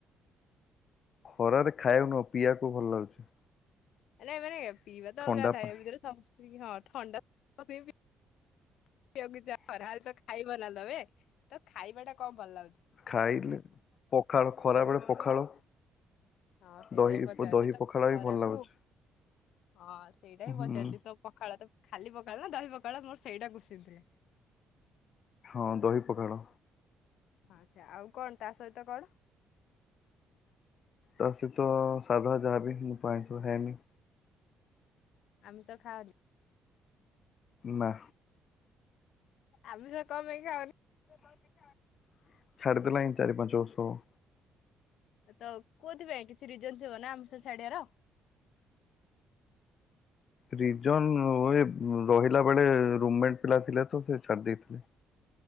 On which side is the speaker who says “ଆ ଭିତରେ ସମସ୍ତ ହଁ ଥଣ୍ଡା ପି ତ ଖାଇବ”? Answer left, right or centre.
Left